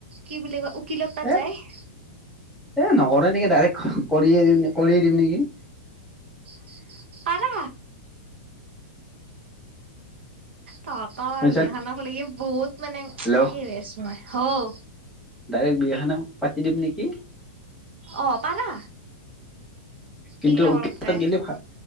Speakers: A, on the right; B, in the centre.
A: কি বুলি কয় উকিলৰ তাত
B: এ
A: যায়।
B: এ নকৰোঁ নেকি, ডাইৰেক্ট কৰিয়ে দিম, কৰিয়ে দিম নেকি।
A: <inaudible> পাৰা। তহঁতৰ
B: বুইছা
A: বিয়াখনত লকি বহুত মানে
B: হেল্ল'
A: হেৰি হৈ আছোঁ মই, হওঁ।
B: ডাইৰেক্ট বিয়াখনে পাতি দিম নেকি।
A: অ', পাৰা।
B: কিন্তু,
A: এইগিলা
B: উকিলৰ
A: কৰাতকে
B: তাত গ'লে ভাল।